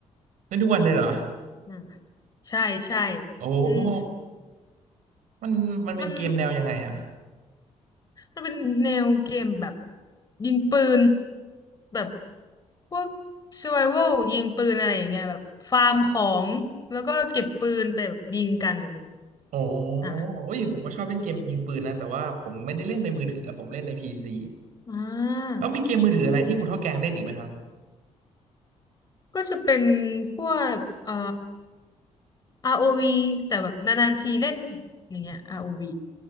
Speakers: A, on the right; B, on the left.
A: เล่นทุกวันเลยเหรอ
B: อ่าใช่ใช่
A: โอ้โห
B: อืม
A: มันมันเป็นเกมแนวยังไงอะ
B: มัน จะเป็นแนวเกมแบบยิงปืนแบบพวก survival ยิงปืนอะไรอย่างเงี้ยแบบฟาร์มของแล้วก็เก็บปืนไปแบบยิงกันอะไรแบบนี้
A: โอ้
B: อ่ะ
A: โอ้ยผมก็ชอบเล่นเกมยิงปืนนะแต่ว่าผมไม่ได้เล่นในมือถืออะผมเล่นในพีซี
B: อ่า
A: แล้วมีเกมมือถืออะไรที่คุณเท่าแกงเล่นอีกไหมครับ
B: ก็จะเป็นพวกเอ่อ ROV แต่แบบนานๆทีเล่นอย่างเงี้ย ROV